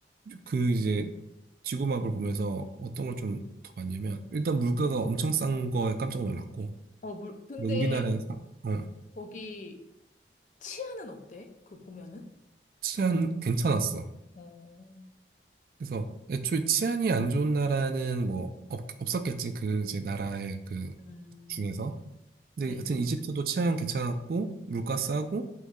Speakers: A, on the right; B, on the left.
A: 그 이제 지구맵을 보면서 어떤 걸 좀 더 봤냐면 일단 물가가 엄청 싼 거에 깜짝 놀랐고
B: 어, 물, 근데
A: 근데 우리나라의 사- 어,
B: 거기 치안은 어때? 그 보면은?
A: 치안 괜찮았어.
B: 어,
A: 그래서 애초에 치안이 안 좋은 나라는 뭐 없, 없었겠지 그 이제 나라의 그
B: 음.
A: 중에서 근데
B: 음.
A: 하여튼 이집트도 치안 괜찮았고 물가 싸고